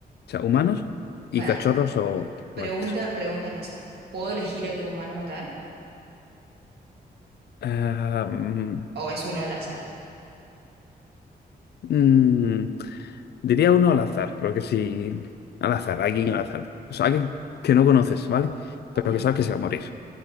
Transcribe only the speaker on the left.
O sea, humanos y
cachorros o, o
gatitos.
Ah, mm,
mm, diría uno al azar, porque si... Al azar, alguien al azar. O sea, alguien que no conoces, ¿vale?
Pero que sabes que se va a morir.